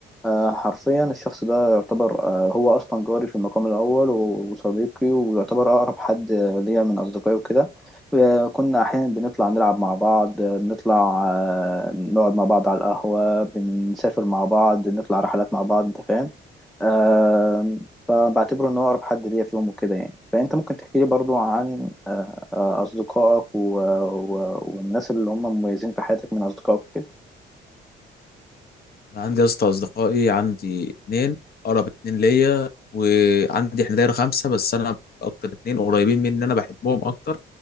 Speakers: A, in the centre; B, on the left.
A: آه، حرفيا الشخص ده يعتبر آه، هو أصلا جاري في المقام الأول و- وصديقي ويعتبر أقرب حد آه، ليا من أصدقائي وكده آه، كنا أحيانا بنطلع نلعب مع بعض آه، بنطلع آه، نقعد مع بعض على القهوة بنسافر مع بعض نطلع رحلات مع بعض أنت فاهم آه فبعتبره ان هو اقرب حد ليا فيهم وكده يعني فانت ممكن تحكي لي برضو عن آه آه، اصدقائك و... و... والناس اللي هم مميزين في حياتك من اصدقائك كده
B: أنا عندي يا اسطى أصدقائي عندي اتنين أقرب اتنين ليا وعندي إحنا دايرة خمسة بس أنا أكتر اتنين قريبين مني أنا بحبهم أكتر